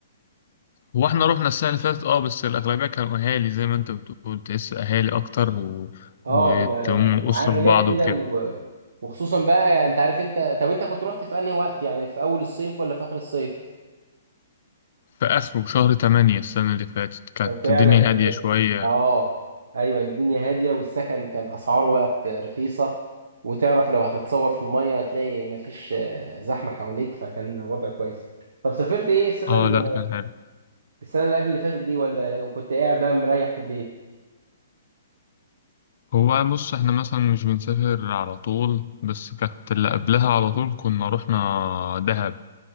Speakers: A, on the left; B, on the right.
A: هو إحنا رحنا السنة اللي فاتت أه بس الأغلبية كانوا أهالي زي ما أنت بتقول تحس أهالي أكتر و...
B: اه
A: وتقوم
B: بيبقى
A: أسرة
B: عائلات
A: في بعض
B: كده
A: وكده
B: و... وخصوصا بقى يعني انت عارف انت طب انت كنت رحت في انهي وقت يعني في اول الصيف ولا في اخر الصيف
A: في آخره شهر تمانية السنة اللي فاتت كانت
B: كان فعلا
A: الدنيا هادية
B: بس
A: شوية
B: اه ايوه الدنيا هاديه والسكن كان اسعاره بقت رخيصه وتعرف لو هتتصور في الميه هتلاقي مفيش آه، زحمه حواليك فكان وضع كويس طب سافرت ايه السنه
A: أه
B: اللي...
A: لأ كان حلو
B: السنه اللي قبل اللي فاتت دي ولا ايه وكنت قاعد بقى مريح في البيت
A: هو بص إحنا مثلا مش بنسافر على طول بس كانت اللي قبلها على طول كنا رحنا دهب